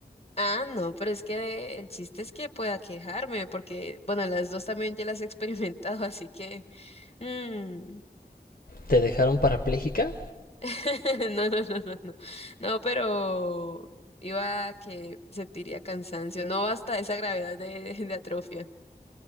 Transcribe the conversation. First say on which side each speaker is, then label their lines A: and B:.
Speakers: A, on the left (about 35°); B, on the left (about 60°).
A: Ah, no, pero es que el chiste es que pueda quejarme, porque, bueno, las dos también ya las he experimentado, <laughs> así que... mm,
B: ¿Te dejaron parapléjica?
A: <laughs> No, no, no, no, no. No, pero iba a que sentiría cansancio, no hasta esa gravedad de, <laughs> de atrofia.